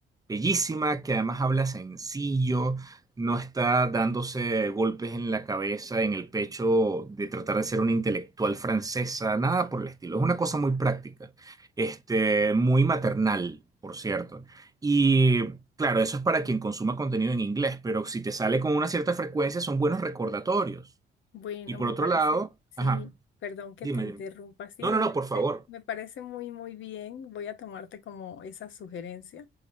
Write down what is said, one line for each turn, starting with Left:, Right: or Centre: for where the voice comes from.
Right: bellísima que además habla sencillo, no está dándose golpes en la cabeza, en el pecho de tratar de ser una intelectual francesa, nada por el estilo. Es una cosa muy práctica, este, muy maternal, por cierto. Y claro, eso es para quien consuma contenido en inglés, pero si te sale con una cierta frecuencia son buenos recordatorios.
Left: Bueno,
Right: Y por
Left: me
Right: otro
Left: parece,
Right: lado,
Left: sí,
Right: ajá,
Left: perdón que
Right: dime,
Left: te interrumpa,
Right: dime.
Left: sí,
Right: No,
Left: me
Right: no, no,
Left: parece,
Right: por favor.
Left: me parece muy, muy bien. Voy a tomarte como esa sugerencia.